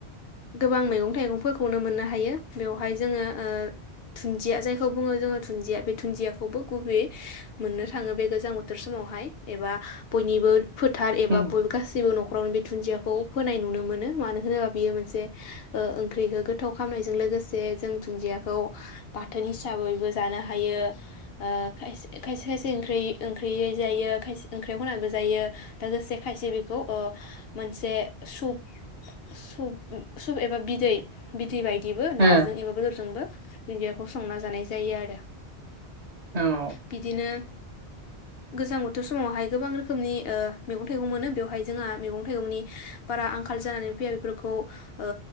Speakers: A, on the left; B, on the right.
A: गोबां मैगं थाइगंफोरखौनो मोननो हाय। बेवहाय जोङो ओ धुन्दिया जायखौ बुङो जोङो धुन्दिया बे धुन्दियाखौबो गुबैयै मोननो थाङो बे गोजां बोथोर समावहाय। एबा बयनिबो फोथार एबा
B: उम
A: बयबो गासिबो न'ख न'खरावनो बे धुन्दियाखौ फोनाय नुनो मोनो मानो होनोबा बियो मोनसे ओ ओंख्रिखौ गोथाव खामनायजों लोगोसे जों धुन्दियाखौ बाथोन हिसाबैबो जानो हायो ओ खायसे खायसे खायसे ओंख्रि ओंख्रै जायो। खायसे ओंख्रियाव होनाबो जायो लोगोसे खायसे बेखौ ओ मोनसे सुप सुप सुप एबा बिदै दि बायदिबो नाजों
B: ओ
A: एबा बेदरजोंबो दुन्दियाखौ संना जानाय जायो आरो।
B: औ
A: बिदिनो गोजां बो थोर समावहाय गोबां रोखोमनि ओ मैंगं थाइगं मोनो। बेवहाय जोंहा मैगं थाइगंनि बारा आंखाल जानानै फैया बेफोरखौ ओ